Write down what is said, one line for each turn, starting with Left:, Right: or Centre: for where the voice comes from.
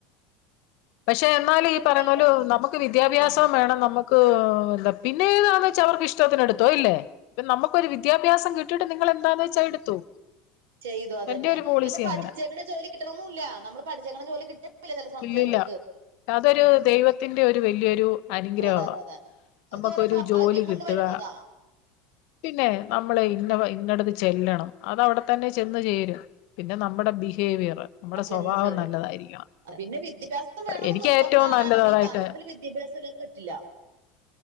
Left: പക്ഷെ എന്നാലും ഈ പറയുന്ന
Right: ചെലപ്പോ
Left: പോല നമുക്ക് വിദ്യാഭ്യാസം
Right: ആഹ്
Left: വേണം നമുക്ക് <unintelligible> പിന്നെ താന്ന് വെച്ചാൽ അവർക്ക് ഇഷ്ടത്തിന് എടുത്തോ ഇല്ലേ നമുക്കൊ ഒരു വിദ്യാഭ്യാസം കിട്ടിട്ട് നിങ്ങ എന്താന്ന് വെച്ചാ എടുത്തോ
Right: ചെയ്തുോ അതന്നെ
Left: എന്റെ ഒരു പോളിസി
Right: ചിലപ്പോ പഠിച്ചേക്കുന്ന
Left: അങ്ങനെ
Right: ജോലി കിട്ടണമന്നും ഇല്ല നമ്മള് പഠിച്ചേക്ക ജോലി കിട്ടില <unintelligible>
Left: ഇല്ലില്ല അതൊരു ദൈവത്തിന്റെ ഒരു വല്ിയൊരു അനുഗ്രഹമാണ്
Right: അതെ അതെ അതെ അതൊക്കെ
Left: നമുക്കൊരു
Right: ഓരോ ഭാഗ്യം
Left: ജോലി
Right: കൊണ്ട്
Left: കിട്ടുക
Right: വരുന്നതാ
Left: പിന്നെ നമ്മളെ ഇന്നടത്ത് ചെല്ലണം അത അവിടെ തന്നെ ചെന്ന് ചേരും പിന്നെ നമ്മുടെ ബിഹേവിയർ നമ്മുടെ
Right: ആഹ് ചെന്ന്
Left: സ്വഭാവം
Right: ചേരും
Left: നല്ലതായിരിക്കണം
Right: പിന്നെ വിദ്യാഭ്യാസം വേണംമന്ന്
Left: എനിക്ക്
Right: നിർബന്ധം
Left: ഏറ്റവും
Right: കാണാനും
Left: നല്ലത് അതായിട്ട്
Right: ഈ കാലത്തില്ൽ വിദ്യാഭ്യാസം ഇല്ലാതെ പറ്റില്ല